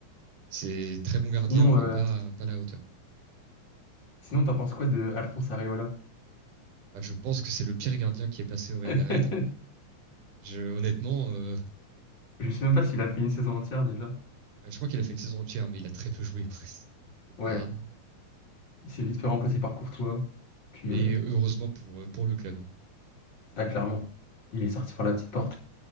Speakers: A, on the right (about 85°); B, on the left (about 35°).
A: C'est très bon gardien,
B: Sinon,
A: mais
B: euh,
A: pas, pas à la hauteur.
B: sinon t'en penses quoi de Alphonse Areola?
A: Bah, je pense que c'est le pire gardien qui est passé au Real
B: <laughs>
A: Madrid. Je, honnêtement, euh,
B: Je sais même pas s'il a fait une saison entière déjà.
A: bah, je crois qu'il a fait une saison entière, mais il a très peu joué, quoi. <laughs> C'est
B: Ouais,
A: pas.
B: il s'est vite fait remplacer par Courtois. Puis,
A: Et
B: euh,
A: heureusement pour, euh, pour le club. hein.
B: ah, clairement, il est sorti par la petite porte.